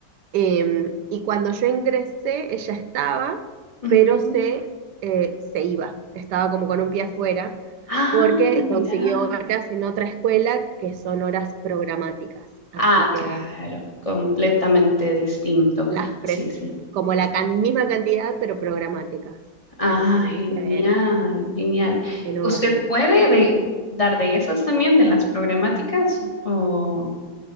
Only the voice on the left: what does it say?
ujú.
Ah,
mira.
Ah,
claro, completamente distinto.
Sí, sí.
Ah,
genial,
genial.
¿Usted puede de- dar de esas también, de las programáticas? O-